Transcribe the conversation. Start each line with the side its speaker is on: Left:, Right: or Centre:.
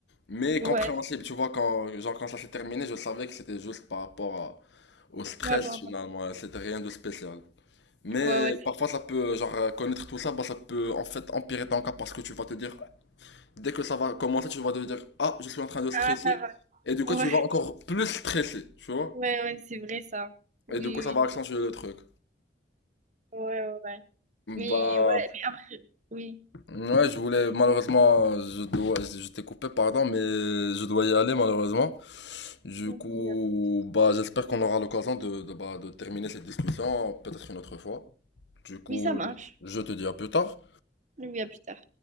Left: Mais
Right: ouais,
Left: compréhensible, tu vois, quand, genre, quand ça s'est terminé, je savais que c'était juste par rapport à- au stress
Right: ouais, bon,
Left: finalement,
Right: bon.
Left: c'était rien de spécial. Mais
Right: ouais, ouais, c'est-
Left: parfois ça peut, genre, euh, connaître tout ça, bah, ça peut en fait empirer ton cas parce que tu vas te dire, dès que ça va commencer, tu vas te dire, ah, je suis en train de stresser,
Right: ah, ça va.
Left: et du
Right: Ouais,
Left: coup tu vas encore plus stresser, tu vois,
Right: ouais, ouais, c'est vrai ça. Oui,
Left: et du coup ça va accentuer le truc.
Right: oui. Ouais, ouais. ouais. Mais
Left: Bah,
Right: ouais, mais après, oui.
Left: ouais, je voulais, malheureusement, je dois, je t'ai coupé, pardon, mais je dois y aller malheureusement. Du
Right: Oui,
Left: coup,
Right: oui, euh,
Left: bah, j'espère qu'on aura l'occasion de, de, bah, de terminer cette discussion, peut-être une autre fois. Du coup,
Right: oui, ça marche.
Left: je te dis à plus tard.
Right: Oui, à plus tard.